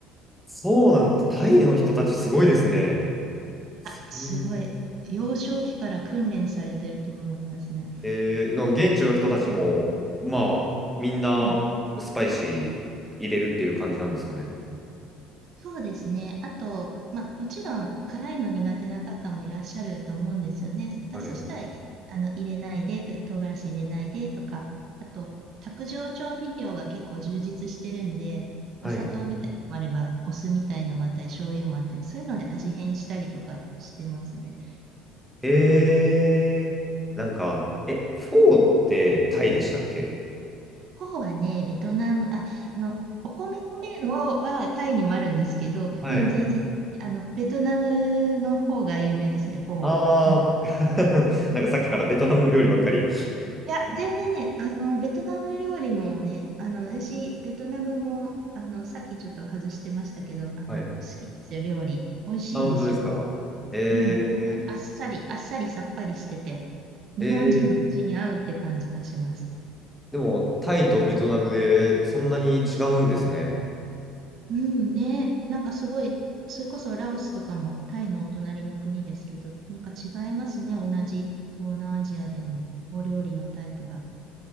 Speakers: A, in the centre; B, on the right (about 50°).
A: そうなんだ。タイの人たちすごいですね。そんな
B: あ、すごい。幼少期から訓練されてると思いますね。
A: えー、なんか現地の人たちも、まあ、みんなスパイシー入れるっていう感じなんですかね。
B: うん。そうですね。あと、まあ、もちろん辛いの苦手な方もいらっしゃると思うんですよね。だそしたら、
A: はい。
B: あの、入れないでと、唐辛子入れないでとか、あと、卓上調味料が結構充実してるんで、
A: はい。
B: お砂糖みたいのもあれば、お酢みたいのもあったり、醤油もあったり、そういうので味変したりとかしてますね。
A: えー、なんか、え、フォーってタイでしたっけ
B: フォーはね、ベトナム、あ、あの、お米の麺をはタイにもあるんですけど、
A: はい。
B: うん、全然、あの、ベトナムの方が有名ですね、フォー。
A: あー
B: うん。
A: <laughs> なんかさっきからベトナムの料理ばっかり。
B: そうそうそう。いや、
A: あ、
B: 全然ね、あの、ベトナム料理もね、あの、私、ベトナムも、あの、さっきちょっと外してましたけど、あの、
A: はい。
B: 好きですよ、料理。美味しいですよ。
A: あ、本当ですか。えー、
B: うん。なんか、あっさり、あっさりさっぱりしてて、
A: えー、
B: 日本人の口に合うって感じがします。
A: でも、タイとベトナムでそんなに違うんですね。
B: うんね、なんかすごい、それこそラオスとかもタイのお隣の国ですけど、なんか違いますね、同じ東南アジアでも、お料理のタイプが。